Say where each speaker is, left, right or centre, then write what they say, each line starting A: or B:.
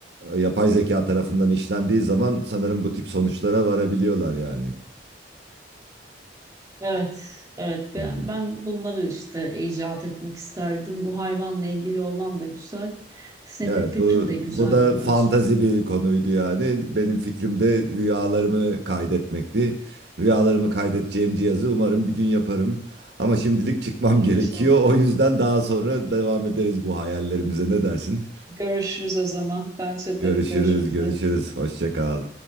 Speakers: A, on the right; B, on the right.
A: e, yapay zeka tarafından işlendiği zaman sanırım bu tip sonuçlara varabiliyorlar yani.
B: Evet, evet.
A: Hmm.
B: Ben, ben bunları işte icat etmek isterdim. Bu hayvanla ilgili olan da güzel. Senin
A: Evet
B: fikrin
A: bu
B: de güzeldi
A: bu da fantazi
B: bence.
A: bir
B: Evet.
A: konuydu yani. Benim fikrim de rüyalarımı kaydetmekti. Rüyalarımı kaydedeceğim cihazı umarım bir gün yaparım. Ama şimdilik çıkmam
B: İnşallah.
A: <laughs> gerekiyor. O yüzden daha sonra devam ederiz bu hayallerimize. Ne dersin?
B: Görüşürüz o zaman. Bence
A: Görüşürüz,
B: de görüşmek
A: görüşürüz.
B: üzere.
A: Hoşça kal.